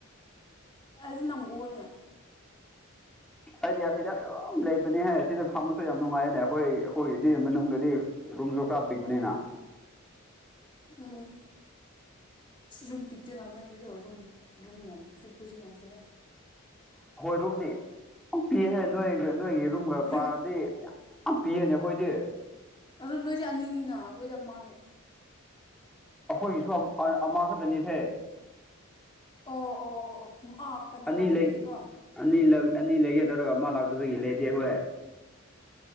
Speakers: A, on the left; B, in the centre.
A: ꯑꯩꯗꯤ ꯅꯪ ꯎꯌꯦꯅꯦ
B: ꯑꯥꯏꯗꯤꯌꯥꯁꯤꯗ ꯑꯗꯨꯝ ꯂꯩꯕꯅꯤ ꯍꯥꯏ ꯁꯤꯗ ꯐꯝꯕꯁꯨ ꯌꯥꯝ ꯅꯨꯡꯉꯥꯏꯅꯦ ꯑꯩꯈꯣꯏ ꯑꯩꯈꯣꯏꯒꯤꯗꯤ ꯃꯅꯨꯡꯗꯗꯤ ꯔꯨꯝꯁꯨ ꯈꯔ ꯄꯤꯛꯕꯅꯤꯅ
A: ꯎꯝ ꯀꯔꯨꯝ ꯄꯤꯛꯇꯩ ꯅꯥꯟ ꯅ ꯌꯔꯣ ꯔꯨꯝ ꯔꯨꯝ ꯅꯌꯥꯝ ꯄꯤꯛꯕꯨꯖꯤ ꯈꯜꯂꯤ
B: ꯍꯣꯏ ꯔꯨꯝꯗꯤ ꯄꯤꯍ ꯅꯣꯏꯒ ꯅꯣꯏꯒꯤ ꯔꯨꯝꯒ
A: ꯔꯨꯝ
B: ꯄꯥꯔꯗꯤ ꯄꯤꯌꯦꯅꯦ ꯍꯣꯏꯗꯤ
A: ꯑꯗꯨ ꯅꯣꯏꯗꯤꯦ ꯑꯅꯤꯅꯤꯅ ꯑꯩꯈꯣꯏꯗꯤ ꯌꯥꯝ ꯃꯥꯟꯅꯩ
B: ꯑꯩꯈꯣꯏꯒꯤꯁꯨ ꯑꯃꯈꯛꯇꯅꯤꯁꯦ
A: ꯑꯣ ꯑꯣ ꯑꯣ ꯑꯣ ꯑꯥ ꯀꯅꯥ
B: ꯑꯅꯤ
A: ꯂꯥꯛꯇꯕꯤꯌꯀꯣ
B: ꯂꯩ ꯑꯅꯤ ꯑꯅꯤ ꯂꯩꯒꯦ ꯇꯧꯔꯒ ꯃꯥ ꯂꯥꯛꯇꯕꯒꯤ ꯂꯩꯇꯦ ꯍꯣꯏ